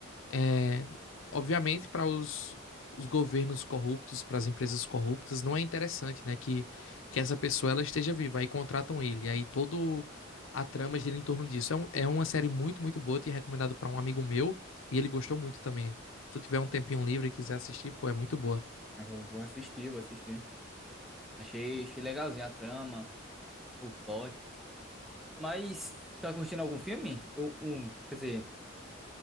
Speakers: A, on the left; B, in the centre.
A: é, obviamente, para os, os governos corruptos, para as empresas corruptas, não é interessante, né, que, que essa pessoa ela esteja viva. Aí contratam ele, aí todo a trama gira em torno disso. É, um- é uma série muito, muito boa, te recomendado para um amigo meu e ele gostou muito também. Se tu tiver um tempinho livre e quiser assistir, pô, é muito boa.
B: Eu vou, vou assistir, vou assistir. Achei, achei legalzinho a trama, o plot. Mas, tá curtindo algum filme? Eu, um, quer dizer,